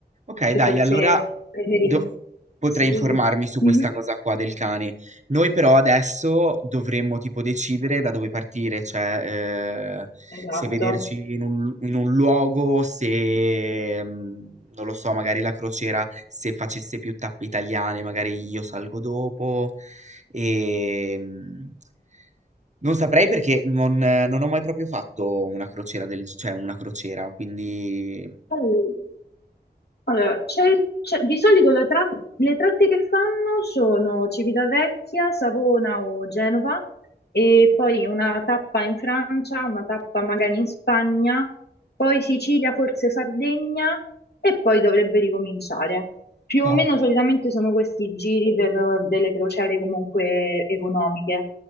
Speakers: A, on the right; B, on the left.
A: Ok,
B: che
A: dai,
B: forse
A: allora
B: preferire.
A: do- potrei
B: Sì.
A: informarmi su
B: Mhm.
A: questa cosa qua del cane. Noi però adesso dovremmo tipo decidere da dove partire, cioè eh,
B: Esatto.
A: se vederci in un, in un luogo, se mm, non lo so, magari la crociera, se facesse più tappe italiane, magari io salgo dopo. E, mm, non saprei perché non, eh, non ho mai proprio fatto una crociera del, cioè una crociera, quindi...
B: All- Allora, c'è il- c'è- di solito la tra- le tratte che fanno sono Civitavecchia, Savona o Genova e poi una tappa in Francia, una tappa magari in Spagna, poi Sicilia, forse Sardegna e poi dovrebbe ricominciare. Più o
A: No.
B: meno solitamente sono questi giri per delle crociere comunque economiche.